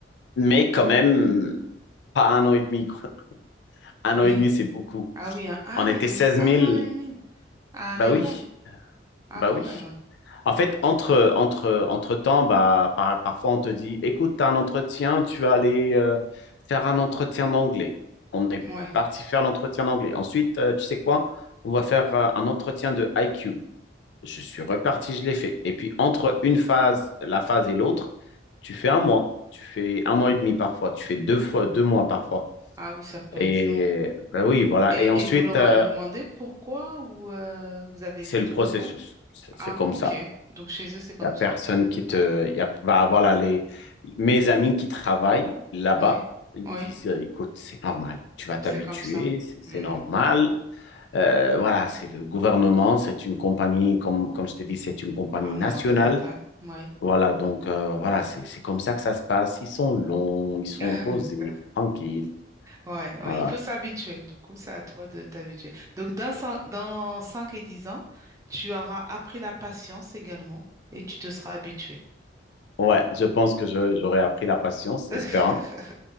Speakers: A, on the left; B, on the right.
A: Mais quand même, pas un an et demi, quoi. Un
B: Oui.
A: an et demi, c'est beaucoup.
B: Ah oui, hein. Ah,
A: On était
B: ils
A: seize
B: ont mis un
A: mille,
B: an et demi à
A: Bah
B: répondre.
A: oui,
B: Ah,
A: bah
B: quand
A: oui.
B: même, ouais.
A: En fait, entre, entre, entre temps, bah, par- parfois on te dit, écoute, tu as un entretien, tu vas aller euh, faire un entretien d'anglais. On est
B: Ouais.
A: parti faire l'entretien d'anglais. Ensuite, euh, tu sais quoi? On va faire euh, un entretien de IQ. Je suis reparti, je l'ai fait. Et puis, entre une phase, la phase et l'autre, tu fais un mois, tu fais un mois et demi parfois, tu fais deux fois, deux mois parfois.
B: Ah oui, ça peut
A: Et
B: être long.
A: bah oui, voilà.
B: Et,
A: Et ensuite,
B: et vous leur
A: euh,
B: a demandé pourquoi ou euh, vous avez
A: c'est
B: essayé
A: le
B: de
A: processus.
B: comprendre?
A: C'est c'est
B: Ah,
A: comme
B: ok.
A: ça.
B: Donc chez eux, c'est comme
A: La personne
B: ça.
A: qui te y a- va avoir là, les, mes amis qui travaillent là-bas,
B: Oui,
A: ils
B: oui,
A: me disent, euh, écoute, c'est normal, tu vas t'habituer,
B: c'est comme ça.
A: c'est
B: Hmm.
A: normal. Euh, voilà, c'est le gouvernement, c'est une compagnie, comme, comme je te dis c'est une compagnie
B: Gouvernemental,
A: nationale.
B: oui.
A: Voilà, donc euh, voilà, c'est c'est comme ça que ça se passe. Ils sont longs, ils sont
B: <laughs>
A: posés, tranquilles.
B: Ouais, ouais,
A: Voilà.
B: il faut s'habituer. Du coup, c'est à toi de t'habituer. Donc, dans, cin- dans 5 et 10 ans, tu auras appris la patience également et tu te seras habitué.
A: Ouais, je pense que je- j'aurais appris la patience,
B: <laughs>
A: espérant.